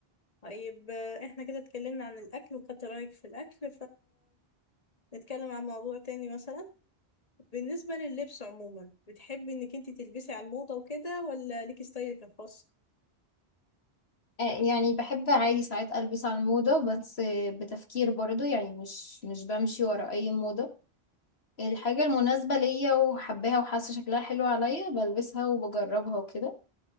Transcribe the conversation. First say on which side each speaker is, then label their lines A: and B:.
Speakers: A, on the left (about 35°); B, on the left (about 75°).
A: طيب آه، إحنا كده اتكلمنا عن الأكل وخدت رأيك في الأكل فنتكلم عن موضوع تاني مثلا بالنسبة لللبس عموما بتحبي انك انت تلبسي على الموضة وكده ولا ليكي ستايلك الخاص
B: آه، يعني بحب عادي ساعات ألبس على الموضة بس آه، بتفكير برضو يعني مش مش بمشي ورا أي موضة الحاجة المناسبة ليا وحباها وحاسة شكلها حلو عليا بلبسها وبجربها وكده